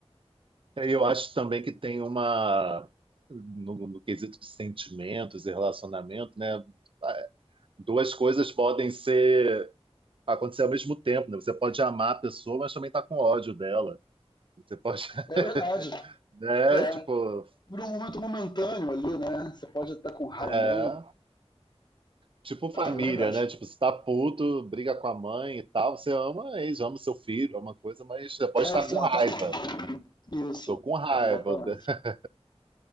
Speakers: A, on the right; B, on the left.
A: E Eu acho também que tem uma, no, no quesito de sentimentos e relacionamento, né? é, Duas coisas podem ser acontecer ao mesmo tempo, né? Você pode amar a pessoa, mas também tá com ódio dela. Você pode,
B: É verdade.
A: <laughs> né?
B: É.
A: Tipo,
B: Por um momento momentâneo ali, né? Você pode estar com raiva
A: é.
B: também.
A: Tipo família,
B: É verdade.
A: né? Tipo, você tá puto, briga com a mãe e tal. Você ama a ex, ama o seu filho, ama coisa, mas você pode estar
B: Exatamente.
A: com raiva.
B: Isso.
A: Tô com raiva.
B: É, Exatamente.
A: eu de- <laughs>